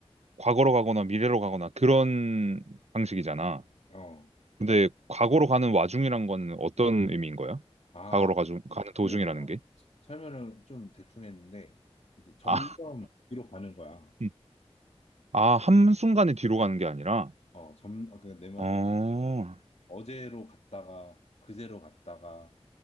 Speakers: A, on the right; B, on the left.
A: 과거로 가거나 미래로 가거나 그런 방식이잖아.
B: 어.
A: 근데 과거로 가는 와중이란 건 어떤 의미인 거야?
B: 아,
A: 과거로 가중, 가는 도중이라는
B: 그래 내가
A: 게?
B: 설명을 좀 대충 했는데 이렇게 점점
A: 아,
B: 뒤로 가는 거야.
A: 음. 아, 한순간에 뒤로 가는 게 아니라?
B: 어, 점, 아, 그러니까 내 말은
A: 어,
B: 어제로 갔다가 그제로 갔다가